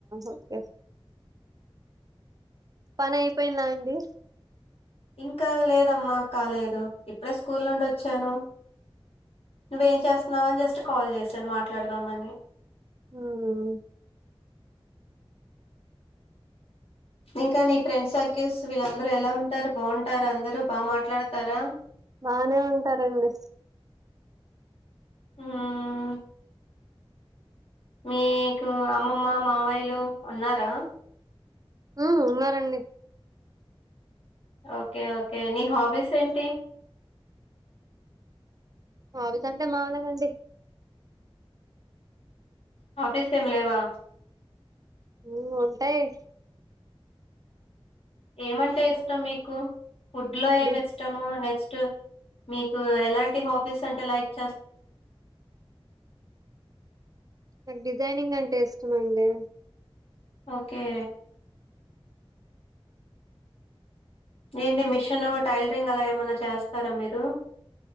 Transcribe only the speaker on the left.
ఇంకా లేదమ్మా కాలేదు ఇప్పుడే స్కూల్ నుండి వచ్చాను నువ్వేం చేస్తున్నావ్ అని జస్ట్ కాల్ చేశాను మాట్లాడదామని
ఇంకా నీ ఫ్రెండ్ సర్కిల్స్ వీళ్ళందరూ ఎలా ఉంటారు బాగుంటార అందరూ బా మాట్లాడతారా
ఉమ్ మీకు అమ్మమ్మ మావాయిలు ఉన్నారా
ఒకే ఒకే నీ హాబీస్ ఏంటి
హాబీస్ ఏం లేవా
ఏమంటే ఇష్టం మీకు ఫుడ్ లో ఏమి
ఇష్టము నెక్స్ట్ టు మీకు ఎలాంటి హాబీస్ అంటే లైక్
ఓకే ఏంటి మిషన్ టైలరింగ్ అలా ఏమైనా చేస్తారా మీరు